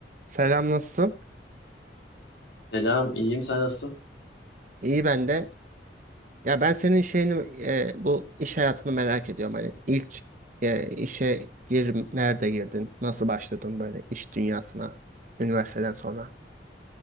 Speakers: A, on the right; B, on the left.
A: Selam nasılsın?
B: Selam, iyiyim. Sen nasılsın?
A: İyi ben de. Ya ben senin şeyini e, bu iş hayatını merak ediyorum. Hani ilk e, işe gir, nerede girdin? Nasıl başladın böyle iş dünyasına üniversiteden sonra?